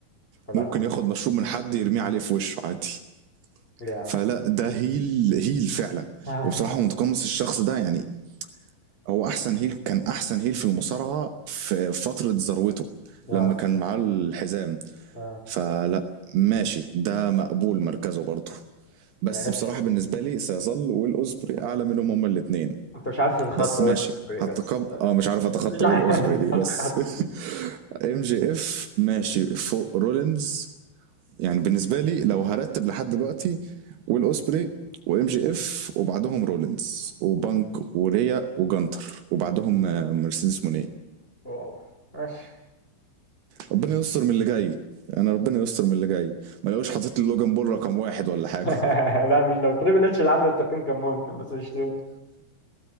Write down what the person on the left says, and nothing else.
لهوي
ليه يا عم
ده
<laughs> اه
اه
آه.
ماشي
أنت مش عارف تتخطى
وين بس بس
مش عارف
تتخطى
واو ماشي
<laughs> لا مش لو تريبل اتش اللي عامل التقييم كان ممكن بس مش تريبل.